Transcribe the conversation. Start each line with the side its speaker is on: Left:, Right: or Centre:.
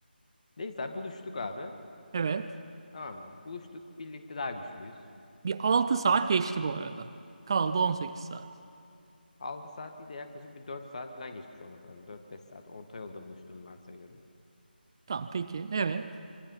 Left: Neyse abi, buluştuk abi.
Right: Evet.
Left: Tamam mı? Buluştuk. Birlikte daha güçlüyüz.
Right: Bir 6 saat geçti bu arada. Kaldı 18 saat.
Left: 6 saat değil de yaklaşık bir 4 saat falan geçmiş olması lazım. 4-5 saat. Orta yolda buluştuğumu varsayıyorum.
Right: Tamam peki. Evet.